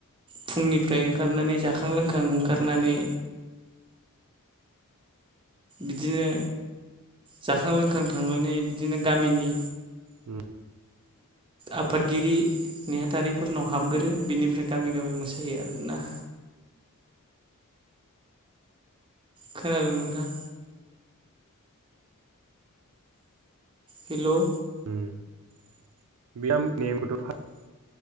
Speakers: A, on the right; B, on the right.
A: फुंनिफ्राय ओंखारनानै जाखां लोंखां ओंखारनानै। बिदिनो जाखां लोंखां थांनानै बिदिनो गामिनि
B: होम।
A: आफादगिरि नेहाथारिफोरनाव हाबग्रोयो बिनिफ्राय गामि गामि मोसायो आरोना। खोनादों नोंथां? हेल'
B: उम <unintelligible>